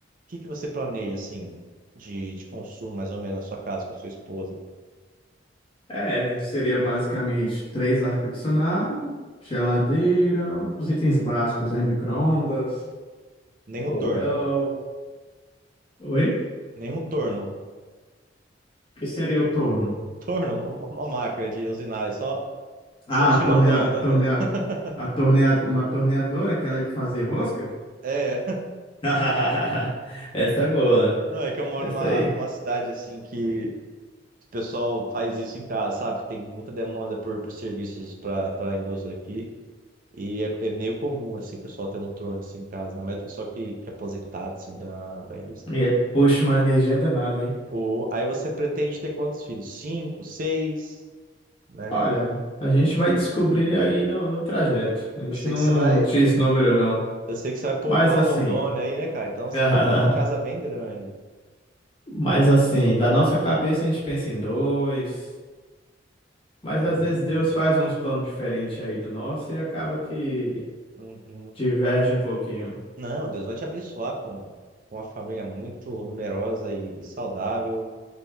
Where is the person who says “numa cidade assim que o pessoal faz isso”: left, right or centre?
Right